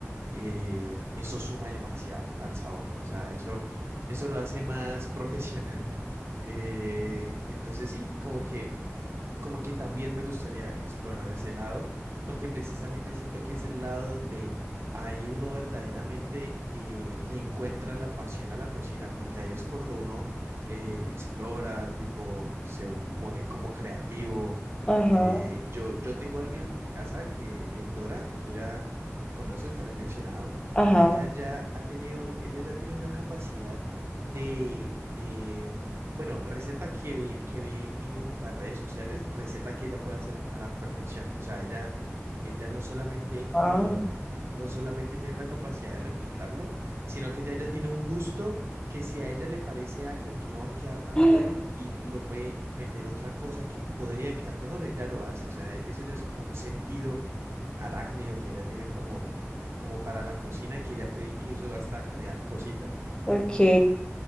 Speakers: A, on the right; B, on the left.
A: eh, eso suma demasiado al sabor. O sea, eso, eso lo hace más <laughs> profesional. Eh, entonces sí, como que como que también me gustaría explorar ese lado, porque precisamente siento que es el lado donde ahí uno verdaderamente eh, le encuentra la pasión a la cocina, porque ahí es cuando uno eh, explora, tipo, se u- pone como creativo.
B: Ajá,
A: Eh, yo, yo tengo alguien en mi casa que es Dora, que tú ya conoces, te la he mencionado.
B: ajá,
A: Ella ya ha tenido, ella ya tiene una capacidad de, eh, bueno, receta que ve, que ve en las redes sociales, receta que ella puede hacer a la perfección. O sea, ella, ella no solamente,
B: wow.
A: eh, no solamente tiene la capacidad de replicarlo, sino que ella ya tiene un gusto que si a ella le parece algo que no va a quedar tan
B: <gasps>
A: bueno y, y le puede meter otra cosa que podría quedar mejor, ella lo hace. O sea, e- eso ya es como un sentido arácnido que ella tiene como, como para la cocina, que ella puede incluso hasta crear cositas.
B: Ok,
A: En- <clears throat>